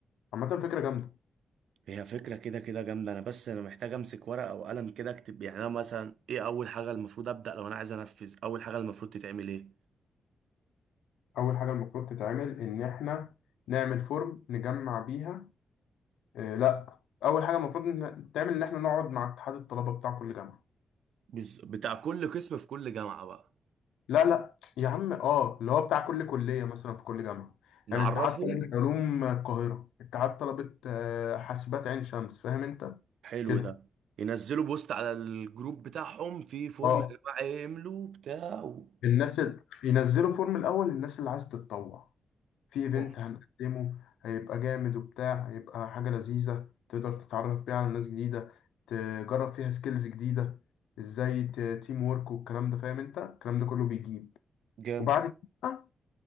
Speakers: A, on the left (about 85°); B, on the right (about 80°).
A: عامة فكرة جامدة
B: هي فكرة كده كده جامدة أنا بس أنا محتاج أمسك ورقة وقلم كده أكتب يعني أنا مثلا إيه أول حاجة المفروض أبدأ لو أنا عايز أنفذ أول حاجة المفروض تتعمل إيه
A: أول حاجة المفروض تتعمل إن إحنا نعمل فورم نجمع بيها إيه لا اول حاجه المفروض إن- تعمل ان احنا نقعد مع اتحاد الطلبه بتاع كل جامعه
B: بز... بتاع كل قسم في كل جامعة بقى
A: لا لا يا عم اه اللي هو بتاع كل كليه مثلا في كل جامعه
B: نعرفهم
A: يعني اتحاد طلبه علوم القاهره اتحاد طلبه آه، حاسبات عين شمس فاهم انت
B: حلو
A: كده
B: ده ينزلوا بوست على الجروب بتاعهم في فورم
A: اه
B: يا جماعة يملوا بتاع و...
A: الناس ال- ينزلوا فورم الاول للناس اللي عايز تتطوع في ايفنت
B: صح.
A: هنقدمه هيبقى جامد وبتاع هيبقى حاجه لذيذه تقدر تتعرف بيها على ناس جديده تجرب فيها سكيلز جديده ازاي تيم وورك والكلام ده فاهم انت الكلام ده كله بيجيب
B: جامد
A: وبعد كده